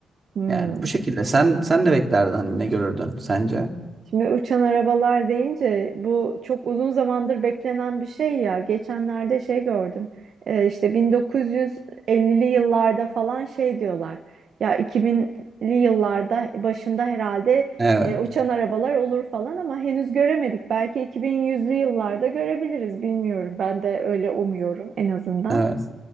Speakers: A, on the right; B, on the right.
A: hmm.
B: Yani bu şekilde. Sen sen ne beklerdin hani ne görürdün sence?
A: Şimdi uçan arabalar deyince bu çok uzun zamandır beklenen bir şey ya. Geçenlerde şey gördüm. Ee, işte 1950'li yıllarda falan şey diyorlar. Ya 2000'li yıllarda başında herhalde
B: Evet.
A: e, uçan arabalar olur falan ama henüz göremedik. Belki 2100'lü yıllarda görebiliriz bilmiyorum. Ben de öyle umuyorum en azından.
B: Evet.